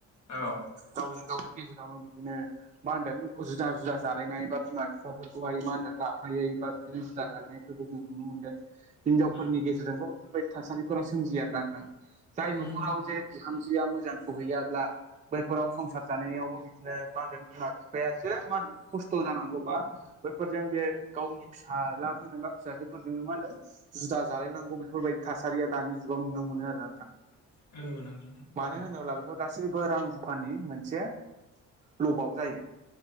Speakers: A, on the left; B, on the right.
A: औ
B: गाव गावनि गेजेरावनो बिदिनो मा होनदों जुदा जुदा जालायनाय बा बिमा बिफाफोरखौहाय मा होनदों लाफायो बा बिदिनो जुदा गारनायफोरखौ जों नुनो मोन्दों। हिनजावफोरनि
A: उम
B: गेजेरजोंबो बेफोरबायदि थासारिफोरा सोमजियो आरोना नोंथां जाय
A: उम
B: न'खराव जे बिहामजोआ मोजां सहैया ब्ला बैफोराव संसार जानायावबो बिदिनो मा होनदों बिमा बिफायासो मा होनदों खस्थ' जानांगौबा बैफोरजों बे गावनि फिसाज्लाफोरजों बा फिसाजोफोरजोंनो मा होनदों जुदा जालायनांगौ बेफोरबायदि थासारिया दानि जुगाव नुनो मोनो आरो ना नोंथां।
A: नंगौ औ नंगौ नोंथां
B: मानो
A: नंगौ
B: होनोब्ला बे गासैबो रां रुफानि मोनसे लबाव जायो।